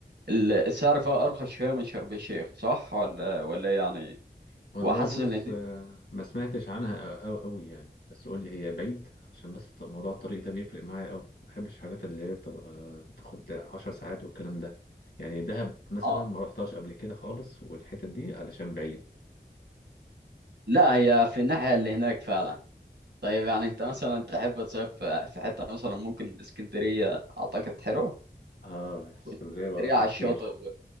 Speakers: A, on the right; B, on the left.
A: ال- السعر فيها ارخص شويه من شرم الشيخ صح ولا ولا إيه يعني
B: والله
A: وحاسس
B: بص
A: ان دي
B: آه، ما سمعتش عنها أو أوي يعني بس قول لي هي بعيد عشان بس الط- موضوع الطريق ده بيفرق معايا أوي ما بحبش الحاجات اللي هي بتبقى بتاخد عشر ساعات والكلام ده يعني دهب مثلا
A: اه
B: ما رحتهاش قبل كده خالص والحتت دي علشان بعيد
A: لا هي في الناحيه اللي هناك فعلا طيب يعني انت مثلا تحب تصيف في في حته مثلا ممكن اسكندريه اعتقد حلوه
B: اه اسكندرية
A: واسكندريه
B: بروحها
A: على
B: كتير
A: الشاطئ و...